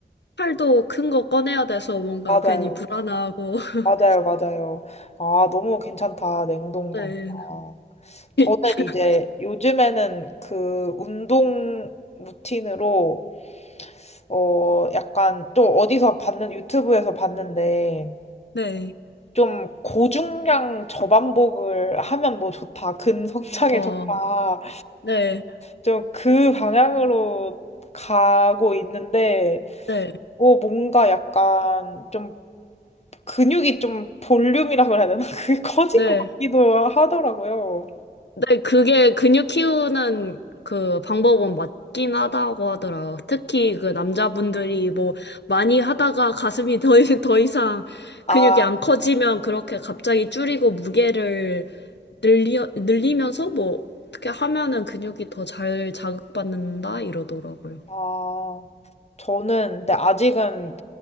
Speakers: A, on the left (about 80°); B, on the left (about 40°).
A: 팔도 큰 거 꺼내야 돼서 뭔가
B: 맞아요.
A: 괜히 불안하고 <laughs>
B: 맞아요, 맞아요. 아, 너무 괜찮다, 냉동
A: 네.
B: 단파 저는
A: <laughs>
B: 이제 요즘에는 그 운동 루틴으로, 어, 약간 또 어디서 봤는, 유튜브에서 봤는데,
A: 네.
B: 좀 고중량 저반복을 하면 뭐 좋다, 근성장에
A: 어,
B: 좋다,
A: 네.
B: 좀 그 방향으로 가고 있는데,
A: 네.
B: 뭐 뭔가 약간 좀 근육이 좀 볼륨이라 그래야 되나? <laughs> 그게 커질
A: 네.
B: 것 같기도 하더라고요.
A: 네, 그게 근육 키우는 그 방법은 맞긴 하다고 하더라고요. 특히 그 남자분들이 뭐 많이 하다가 가슴이 더, <laughs> 이- 더 이상
B: 아,
A: 근육이 안 커지면 그렇게 갑자기 줄이고 무게를 늘리, 늘리면서 뭐 어떻게 하면은 근육이 더 잘 자극받는다 이러더라고요.
B: 아, 저는 근데 아직은